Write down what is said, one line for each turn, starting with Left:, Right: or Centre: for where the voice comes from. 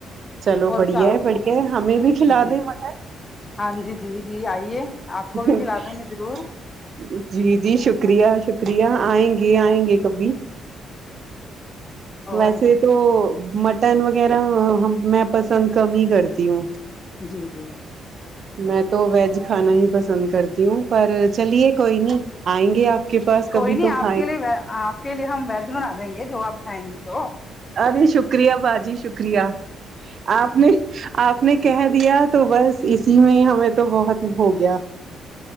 Right: چلو
Left: اور
Right: بڑھیا
Left: کیا
Right: ہے بڑھیا ہے ہمیں بھی کھلا
Left: جی
Right: دیں مٹن
Left: ہاں جی جی جی آئیے آپ
Right: ج
Left: کو بھی کھلا دیں گے ضرور
Right: جی جی شکریہ شکریہ آئیں گے آئیں گے کبھی
Left: اور
Right: ویسے
Left: جی
Right: تو مٹن وغیرہ میں پسند کم ہی کرتی ہوں
Left: جی جی
Right: میں تو ویج کھانا ہی پسند کرتی ہوں پر چلیے کوئی نہیں آئیں گے آپ کے پاس کبھی
Left: کوئی نہیں
Right: تو
Left: آپ
Right: کھائیں
Left: کے لیے آپ کے لیے ہم ویج بنا دیں گے جو آپ کھائیں گی تو
Right: ارے شکریہ باجی شکریہ آپ نے آپ نے کہہ دیا تو بس اسی میں ہمیں تو بہت ہو گیا